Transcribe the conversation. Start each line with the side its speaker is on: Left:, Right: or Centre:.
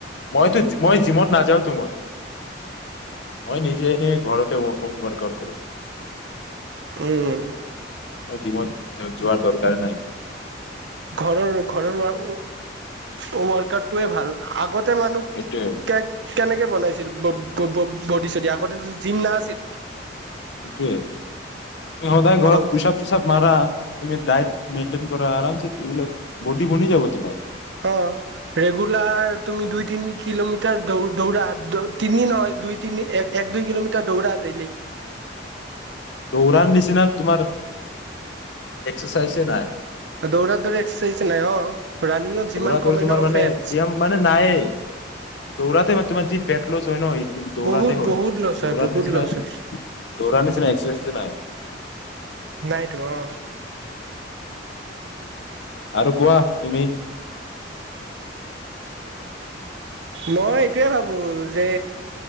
Left: মইতো মই যিমত নাযাওঁ। মই নিজে ঘৰতে ৱক আউত কৰিম।
Right: উম
Left: মই জিমত যোৱাৰ তৰকাৰে নাই।
Right: ঘৰৰ ঘৰৰ ৱাৰকটোৱে ভাল আগত। তে মানু
Left: সেইটোৱে
Right: কে কেনেকে বনাইছিল ভতি চট আগতেো জিম না আছিল
Left: সটোৱে তুমি সদায় ঘৰত
Right: অ
Left: পোচাপ চুচাপ মাৰা তুমি দায়িত্ব। আৰ বি বনি যাব তোমাৰ।
Right: অ ৰেগুলাৰ তুমি দুই তিনি কিলোমিটাৰ দৌ দৌৰা তিনি নহয় দুই তিনি এক এক দুই কিলোমিটাৰ দৌৰা ডেইলি।
Left: ত উৰাণ দিছিনা তোমাৰ। এক্সাৰচাইজে নাই।
Right: দৌৰাত দৌৰে এক্সাৰচাইজ নাই অ। ৰানিঙত
Left: দৌৰা
Right: যিমান
Left: দৌ
Right: কমে
Left: তোমাৰ
Right: ন
Left: মানে
Right: ফেটছ
Left: ব্যায়াম মানে নায়েই দৌৰাতে মান তোমাৰ যি ফেট লচ হয় ন সটো দৌৰাতে
Right: বহুত
Left: হয়
Right: বহুত লছ
Left: দৌৰাাৰ
Right: হয় বহুত
Left: নিচিনা
Right: লছ হয়
Left: দৌৰাৰ নিচিনা এক্সচেঞ্জ নাই।
Right: নাইতো অ
Left: আৰু কোৱা তুমি।
Right: মই এইটোয়ে ভাবো যে